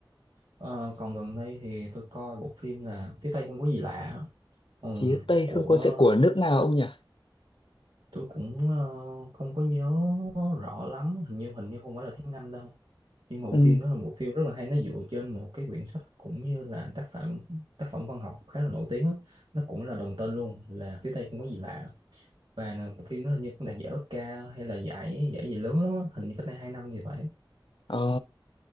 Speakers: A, on the right; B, on the left.
A: Ờ, còn gần đây thì tôi coi bộ phim là phía Tây không có gì lạ á. ừ.
B: phía Tây
A: của
B: không có sẽ của nước nào ông nhỉ
A: tôi cũng ờ, không có nhớ rõ lắm hình như hình như không phải là tiếng Anh đâu nhưng mà bộ
B: ừ
A: phim đó là một phim rất là hay nó dựa trên một cái quyển sách cũng như là tác phẩm tác phẩm văn học khá là nổi tiếng á. nó cũng là đồng tên luôn là phía Tây không có gì lạ và là bộ phim đó hình như cũng đạt giải Oscar hay là giải giải gì lớn lắm á. hình như cách đây hai năm gì vậy
B: ờ